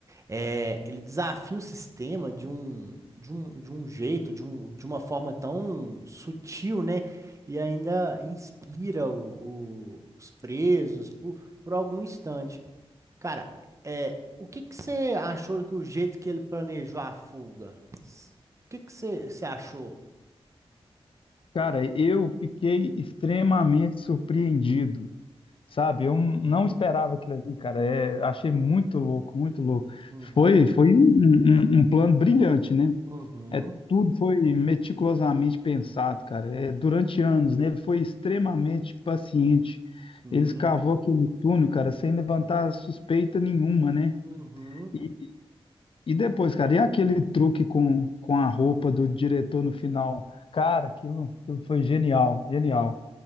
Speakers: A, on the right (about 30°); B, on the left (about 60°).
A: É, ele desafia o sistema de um, de um, de um jeito, de, um, de uma forma tão sutil, né? E ainda inspira o- o- os presos por, por algum instante. Cara, é, o que que você achou que o jeito que ele planejou a fuga? O que que você, você achou?
B: Cara, eu fiquei extremamente surpreendido, sabe? Eu não
A: Uhum,
B: esperava aquilo ali, cara. É, achei muito louco, muito louco.
A: uhum,
B: Foi, foi um, um- um um plano brilhante, né?
A: uhum,
B: É, tudo foi meticulosamente pensado, cara. É, durante anos, né? Ele foi extremamente paciente.
A: sim,
B: Ele escavou aquele túnel, cara, sem levantar suspeita nenhuma, né?
A: uhum.
B: E, e depois, cara, e aquele truque com, com a roupa do diretor no final? Cara, aquilo, aquilo foi genial, genial.